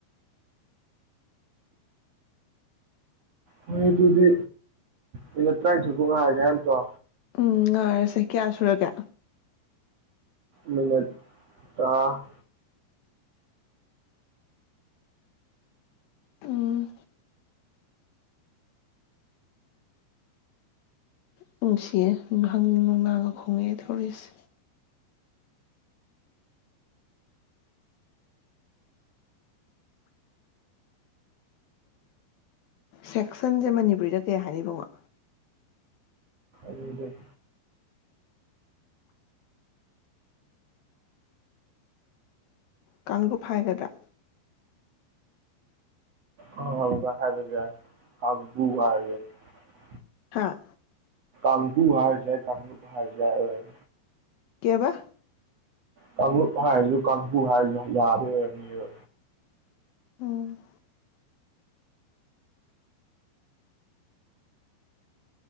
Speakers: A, on the right; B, on the left.
A: ꯍꯣꯏ ꯑꯗꯨꯨꯗꯤ ꯃꯤꯅꯠ ꯇꯥ꯭ꯏꯟꯊꯣꯏꯕꯨ ꯉꯥꯏꯔꯒꯦ ꯍꯥꯏ ꯅꯠꯇ꯭ꯔꯣ
B: ꯎꯝ ꯉꯥꯏꯔꯁꯦ ꯀꯌꯥ ꯁꯨꯔꯒꯦ
A: ꯃꯤꯅꯠ ꯇꯔꯥ
B: ꯎꯝ ꯅꯨꯡꯁꯤꯌꯦ ꯍꯥꯡꯅꯤꯡ ꯅꯣꯡꯅꯥꯡꯒ ꯈꯣꯡꯉꯛꯑꯦ ꯇꯧꯔꯤꯁꯦ ꯁꯦꯛꯁꯟꯁꯦ ꯃꯅꯤꯄꯨꯔꯤꯗ ꯀꯩ ꯍꯥꯏꯅꯤ ꯕꯨꯉꯣ
A: ꯑꯅꯤꯗꯤ
B: ꯀꯥꯡꯂꯨꯞ ꯍꯥꯏꯒꯗ꯭ꯔꯥ
A: <unintelligible>
B: ꯍꯥꯥ
A: ꯀꯥꯡꯕꯨꯨ ꯍꯥꯔꯖꯨ ꯌꯥꯏ ꯀꯥꯡꯂꯨꯞ ꯍꯥꯔꯔꯖꯨ ꯌꯥꯏ
B: ꯀꯦꯕ
A: ꯀꯥꯡꯂꯨꯞ ꯍꯥꯏꯔꯖꯨ ꯀꯥꯡꯕꯨ ꯍꯥꯏꯔꯖꯨ ꯌꯥꯗꯣꯢ ꯑꯣꯢꯔꯝꯅꯤꯕ
B: ꯑꯝ